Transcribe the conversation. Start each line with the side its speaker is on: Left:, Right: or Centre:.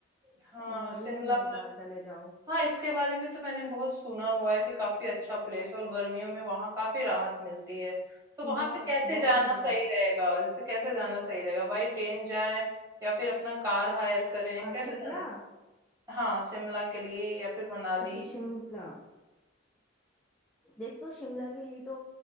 Right: हाँ
Centre: और
Right: शिमला
Centre: या नैनीताल
Right: मनाली
Centre: चले जाओ
Right: हाँ इसके बारे में तो मैंने बहुत सुना हुआ है कि काफी अच्छा प्लेस है और गर्मियों में वहां काफी राहत मिलती है तो वहां
Centre: बहुत
Right: पे कैसे
Centre: बहुत
Right: जाना
Centre: राहत
Right: सही रहेगा जैसे कैसे जाना सही रहेगा बाई ट्रेन जाएं या फिर अपना कार हायर करें
Centre: आ,
Right: कैसे
Centre: शिमला
Right: जाना हाँ शिमला के लिए या फिर मनाली
Centre: अच्छा शिमला देखो शिमला के लिए तो